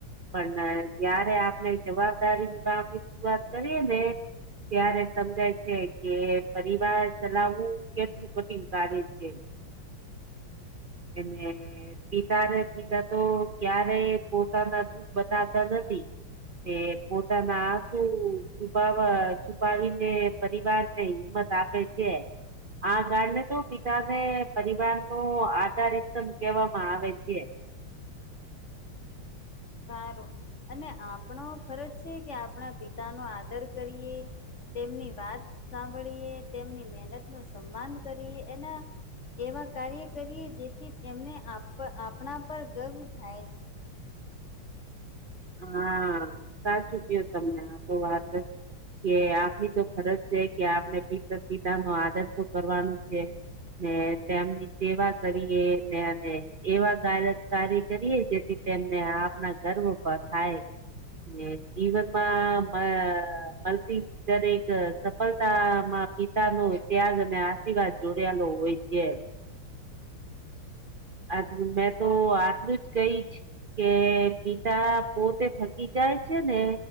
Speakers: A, on the right; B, on the left.
A: પણ જયારે આપણે જવાબદારી વિભાગની વાત કરીએ ને ત્યારે સમજાય છે કે પરિવાર ચલાવવું કેટલું કઠિન કાર્ય છે. એને ને પિતા રે પિતા તો ક્યારેય પોતાના દુઃખ બતાવતા નથી. તે પોતાના આશુ છુપાવવા છુપાવી જે પરિવાર ને હિંમત આપે છે. આ ગળ ને તો પિતા ને પરિવાર નો આધાર રીધમ કહેવામાં આવે છે.
B: સારું અને આપણો ફરજ છે કે આપણા પિતા નો આદર કરીએ તેમની વાત સાંભળીએ તેમની મહેનત નો સન્માન કરીએ એના એવા કાર્ય કરીએ જેથી તેમણે આપ આપણા પર ગર્વ થાય છે.
A: હા સાચુંકયો તમને આ તો વાત કે આપની તો ફરજ છે કે આપને પિત પિતા નો આદર તો કરવાનું છે. ને તેમની સેવા કરીએ ને અને એવા કારણ કાર્ય કરીએ જેથી તેમને આપના ગર્વ પર થાય ને જીવનમાં મા મળતી દરેક સફળતામાં પિતા નો ત્યાગ અને આશીર્વાદ જોડાયેલો હોય છે. આટલું મેં તો
B: સારું
A: આટલું જ કઈ જ કે પિતા પોતે થકી જાય છે ને